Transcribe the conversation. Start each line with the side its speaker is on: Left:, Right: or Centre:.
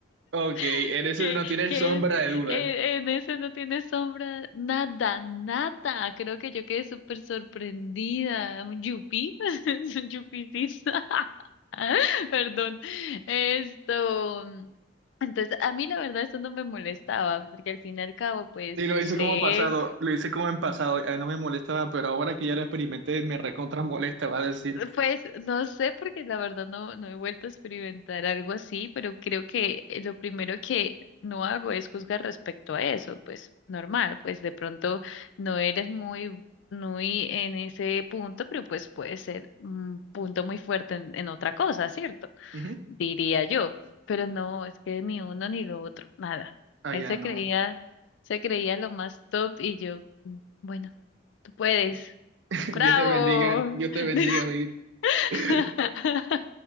Right: Ok, en
Left: <laughs>
Right: ese
Left: que,
Right: no tiene
Left: que
Right: sombra
Left: es,
Right: de duda.
Left: eh, en ese no tiene sombra, nada, nada. Creo que yo quedé súper sorprendida. Un yupi, <laughs> es un yupicito. <laughs> Perdón. Esto. Entonces, a mí la verdad eso no me molestaba, porque al fin y al cabo, pues,
Right: Y
Left: no
Right: lo hice
Left: sé.
Right: como pasado, lo hice como en pasado, a mí no me molestaba, pero ahora que ya lo experimenté, me recontra molesta, va a decir.
Left: Pues no sé, porque la verdad no, no he vuelto a experimentar algo así, pero creo que eh, lo primero que no hago es juzgar respecto a eso, pues normal, pues de pronto no eres muy, muy en ese punto, pero pues puede ser un punto muy fuerte en, en otra cosa, ¿cierto?
Right: Ujú.
Left: Diría yo, pero no, es que ni uno ni lo otro, nada.
Right: Ah,
Left: Él
Right: ya
Left: se
Right: no.
Left: creía, se creía lo más top y yo, "Mm, bueno, tú puedes,
Right: <laughs>
Left: bravo.
Right: Dios te bendiga, Dios te bendiga,
Left: <laughs>
Right: mi vida.
Left: <laughs>